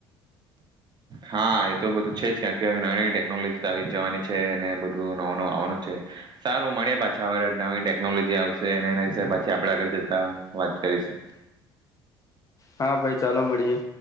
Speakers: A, on the right; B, on the left.
A: હા એ તો બધું છે, જ <unintelligible> નવી નવી ટેકનોલોજી આવી જ જવાની છે, અનેને બધું નવું નવું આવવાનું છે, સારું મળે પાછા વરત નવીન ટેક ગમે તે આવશે અને એના વિશે પાછી આપણે આગળ જતા વાત કરીશું.
B: હા ભાઈ ચાલો મળીએ.